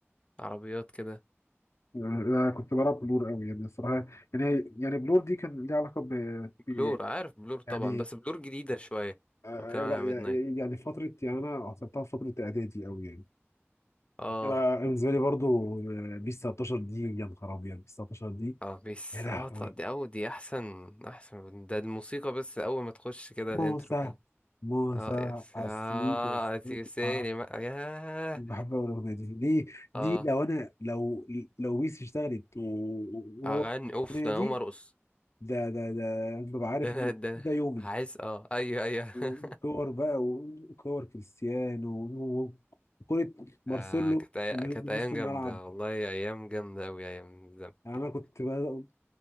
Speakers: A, on the left (about 25°); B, on the left (about 90°).
A: عربيات كده
B: انا كنت بلعب بلور قوي يعني الصراحه يعني هي يعني بلور دي كان ليها علاقه ب ب-
A: بلور عارف بلور طبعا
B: يعني
A: بس بلور جديدة شوية
B: آه
A: لو كان على
B: لا يع-
A: ميد نايت
B: يعني فتره يعني انا عصرتها في فتره اعدادي قوي يعني
A: اه
B: أنا بالنسبه لي برضو آه، بيس 19 دي يا نهار ابيض بيس 19 دي
A: اه بس
B: يا لهوي
A: اه طب دي او دي احسن احسن ده الموسيقى بس اول ما تخش كده
B: موسى
A: الانترو كان
B: موسى
A: اه يس
B: عسليت
A: اه
B: عسليت
A: تيسيني
B: آه،
A: بقى ياه
B: بحب أوي الاغنيه دي دي دي
A: اه
B: لو انا لو لو بيس اشتغلت و- وهو
A: اغني اوف
B: الاغنيه
A: ده انا
B: دي
A: اقوم ارقص
B: ده ده ده ببقى عارف
A: ده انا
B: ان
A: ده
B: ده يومي
A: انا عايز اه ايوه ايوه
B: وكور
A: <laughs>
B: بقى وكور كريستيانو و- وكرة مارسيلو
A: آه كانت أي...
B: اللي من
A: كانت ايام
B: نص الملعب
A: جامده والله ايام جامده اوي ايام الزمن
B: يعني
A: دي
B: انا كنت ب-